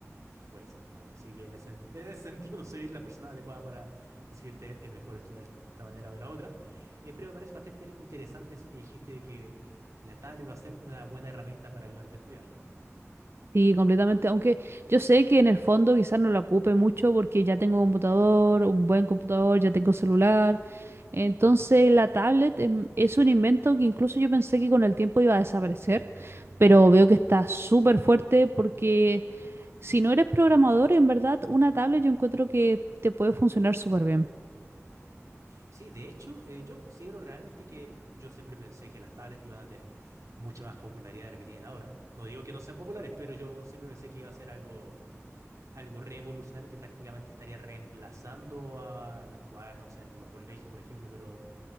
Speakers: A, on the right (about 85°); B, on the right (about 50°).
A: Fue simplemente. Así que en ese, sen- en ese sentido no soy la persona adecuada para decirte es mejor estudiar de esta manera o de la otra. Eh, pero me parece bastante interesante eso que dijiste de que la tablet va a ser una buena herramienta para ayudarte a estudiar.
B: Sí, completamente. Aunque yo sé que en el fondo quizás no lo ocupe mucho porque ya tengo computador, un buen computador, ya tengo celular. Entonces la tablet em, es un invento que incluso yo pensé que con el tiempo iba a desaparecer, pero veo que está súper fuerte porque si no eres programador, en verdad una tablet yo encuentro que te puede funcionar súper bien.
A: Sí, de hecho, eh, yo considero realmente que yo siempre pensé que las tablets iban a tener mucha más popularidad de la que tienen ahora. No digo que no sean populares, pero yo siempre pensé que iba a ser algo, algo revolucionario que prácticamente estaría reemplazando a los cuadernos en los colegios, por ejemplo, pero